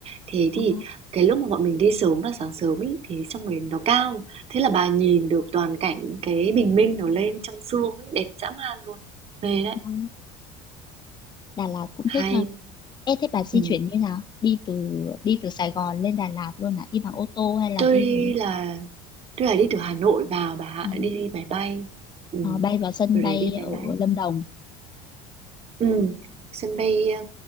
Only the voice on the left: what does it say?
Ờ,
ờ. Đà Lạt cũng
thích ha Ê, thế bà di
chuyển như nào? Đi từ đi từ Sài Gòn lên Đà Lạt luôn à? Đi bằng ô tô hay là
đi gì?
Ờ,
ờ, bay vào sân
bay
ở
Lâm Đồng.